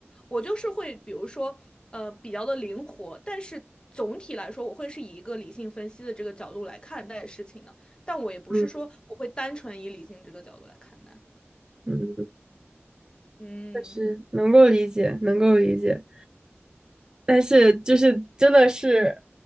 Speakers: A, on the left (about 20°); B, on the right (about 15°).
A: 我就是会，比如说，呃，比较的灵活，但是总体来说，我会是以一个理性分析的这个角度来看待事情的。但我也不是说我会单纯以理性这个角度来看待。
B: 嗯嗯。
A: 嗯，
B: 是能够理解，能够理解，但是就是真的是